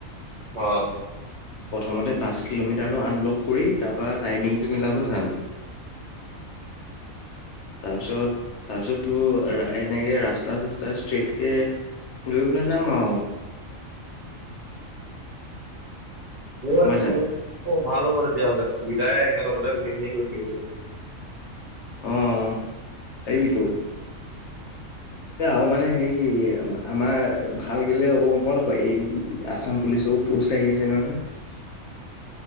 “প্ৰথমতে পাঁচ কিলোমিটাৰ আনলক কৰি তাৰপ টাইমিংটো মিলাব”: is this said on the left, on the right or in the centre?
Left